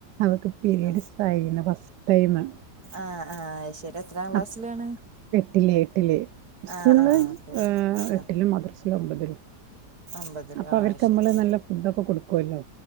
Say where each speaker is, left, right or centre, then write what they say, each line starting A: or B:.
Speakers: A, on the right; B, on the right.
A: അവർക്ക് പിരീഡ്സ്
B: ആ
A: ആയിന് ഫസ്റ്റ് ടൈമ്
B: ആ ആ അത് ശരി എത്രാം ക്ലാസ്സിലാണ്
A: അ എട്ടില് എട്ടില് സ്കൂളില്
B: ആ ആ ഓക്കെ ആ
A: എട്ടിലും മദ്രസിയില് ഒമ്പതിലും
B: ഒമ്പതിലോ
A: അപ്പൊ
B: ആ
A: അവർക്ക്
B: അത് ശരി
A: നമ്മള്
B: ഉം.
A: നല്ല ഫുഡൊക്കെ കൊടുക്കുവല്ലോ